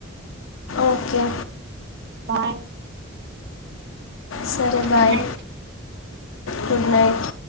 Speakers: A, on the left; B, on the right.
A: ఓకే
B: బాయ్
A: సరే bye
B: good night
A: good night